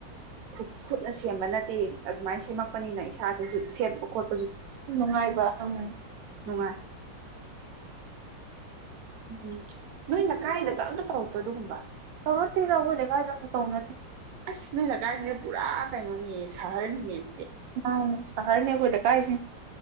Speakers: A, on the right; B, on the right.
A: ꯈꯨꯠ ꯈꯨꯠꯅ ꯁꯦꯝꯕ ꯅꯠꯇꯦ ꯑꯗꯨꯃꯥꯏꯅ ꯁꯦꯝꯃꯛꯄꯅꯤꯅ ꯏꯁꯥꯗꯁꯨ ꯁꯦꯝꯄ ꯈꯣꯠꯄ
B: ꯅꯨꯡꯉꯥꯏꯕ ꯎꯝ
A: ꯅꯨꯡꯉꯥꯏ ꯎꯝ ꯅꯣꯏ ꯅꯀꯥꯏꯗꯒ ꯑꯝꯇ ꯇꯧꯔꯛꯇ꯭ꯔꯣ ꯑꯗꯨꯒꯨꯝꯕ
B: ꯇꯔꯣꯗꯤ ꯌꯥꯎ ꯂꯩ ꯀꯥꯏ ꯆꯅ ꯇꯧꯅꯗꯤ
A: ꯑꯁ ꯅꯣꯏ ꯂꯩꯀꯥꯏꯁꯤꯗꯤ ꯄꯨꯔꯥ ꯀꯩꯅꯣꯅꯦ ꯁꯍꯔꯅꯤꯅꯦ ꯑꯗꯨ
B: ꯃꯥ ꯅ ꯁꯍꯔꯅꯦ ꯑꯩꯈꯣꯏ ꯗꯀꯥꯏꯁꯤ